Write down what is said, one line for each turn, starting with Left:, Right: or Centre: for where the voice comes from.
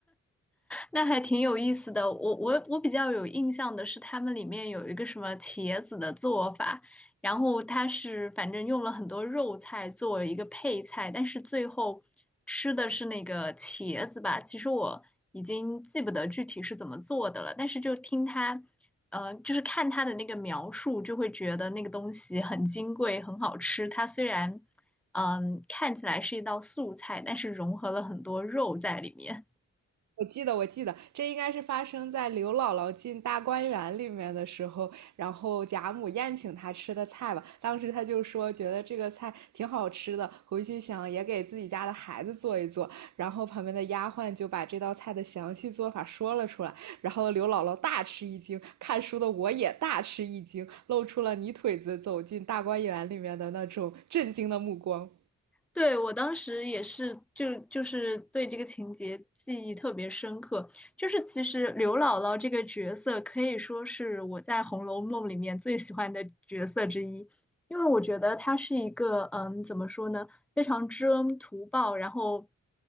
Centre: 那还挺有意思的。我我我比较有印象的是，他们里面有一个什么茄子的做法，然后它是反正用了很多肉菜做为一个配菜，但是最后吃的是那个茄子吧。其实我已经记不得具体是怎么做的了，但是就听他，呃，就是看他的那个描述，就会觉得那个东西很金贵，很好吃。它虽然，嗯，看起来是一道素菜，但是融合了很多肉在里面。
Right: 我记得，我记得，这应该是发生在刘姥姥进大观园里面的时候，然后贾母宴请她吃的菜吧。当时她就说，觉得这个菜挺好吃的，回去想也给自己家的孩子做一做。然后旁边的丫鬟就把这道菜的详细做法说了出来，然后刘姥姥大吃一惊，看书的我也大吃一惊，露出了泥腿子走进大观园里面的那种震惊的目光。
Centre: 对，我当时也是，就就是对这个情节记忆特别深刻。就是其实刘姥姥这个角色可以说是我在《红楼梦》里面最喜欢的角色之一，因为我觉得她是一个嗯，怎么说呢，非常知恩图报，然后